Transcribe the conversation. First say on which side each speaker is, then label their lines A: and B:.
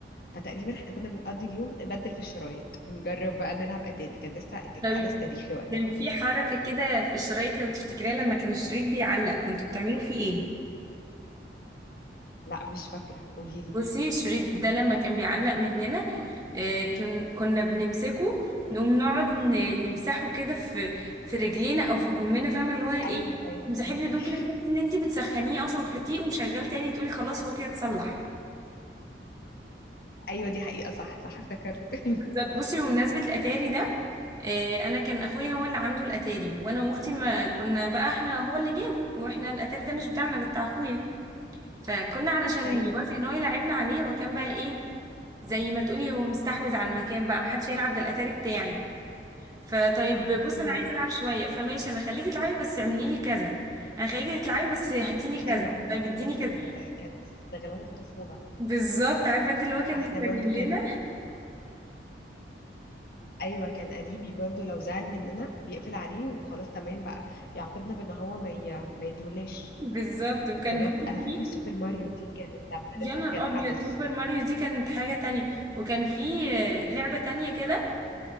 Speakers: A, on the left; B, on the right.
A: فتقريبا احنا كنا بنقضي اليوم نبدل في الشرايط ونجرب بقى نلعب اتاري كان لسه
B: <laughs>
A: كان
B: طب
A: حدث تاريخي وقتها
B: كان في حركة كده في الشرايط لو تفتكريها لما كان الشريط بيعلق كنتوا بتعملوا فيه ايه
A: لا مش فاكرة قولي لي
B: بصي الشريط ده لما كان بيعلق مننا آه، كن- كنا بنمسكه نقوم نقعد ن- نمسحه كده في في رجلينا او في كمنا فاهمة اللي هو ايه
A: ايوه ايوه
B: تمسحيه
A: ايوه
B: في الهدوم
A: ايوه,
B: كده تحسي ان انت بتسخنيه اصلا وتحطيه ومشغل تاني تقولي خلاص هو كده اتصلح
A: أيوة دي حقيقة صح صح افتكرت <laughs>
B: بالظبط بصي بمناسبة الأتاري ده آه، أنا كان أخويا هو اللي عنده الأتاري وأنا وأختي ما كنا بقى إحنا هو اللي جابه وإحنا الأتاري ده مش بتاعنا ده بتاع أخويا فكنا علشان
A: ايوه
B: يوافق إن هو يلعبنا عليه وكان بقى إيه زي ما تقولي هو مستحوذ على المكان بقى محدش هيلعب ده الأتاري بتاعي فطيب بص
A: امم
B: أنا عايزة ألعب شوية فماشي أنا خليكي تلعبي بس اعملي لي كذا أنا خليكي تلعبي بس هاتي لي كذا
A: ايوه ايوه
B: طيب اديني
A: ده
B: كذا
A: كان كان استغلال الطفولة
B: بالظبط عارفة أنت اللي هو كان
A: احنا
B: بيستغلنا
A: برضو كان ايوه كان قريبي برضو لو زعل مننا بيقفل عليه وخلاص تمام بقى يعاقبنا بان هو ما ي... ما يدهلاش
B: <laughs> بالظبط وكان
A: بجد
B: برضه
A: انا
B: في
A: فاكرة سوبر ماريو دي كانت لما
B: يا
A: نزلت
B: نهار
A: كان
B: ابيض
A: حدث
B: سوبر ماريو دي كانت حاجة تانية وكان في آه، لعبة تانية كده